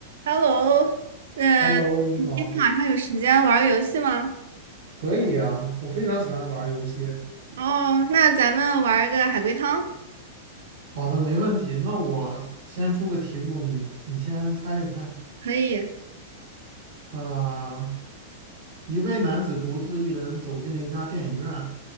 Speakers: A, on the right; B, on the right.
A: Hello，呃，
B: Hello，你好，
A: 你今天晚上有时间玩个游戏吗？
B: 可以呀，我非常喜欢玩儿游戏。
A: 哦，那咱们玩个海龟汤，
B: 好的，没问题。那我先出个题目，你你先猜一猜。
A: 可以。
B: 啊、一位男子独自一人走进了一家电影院，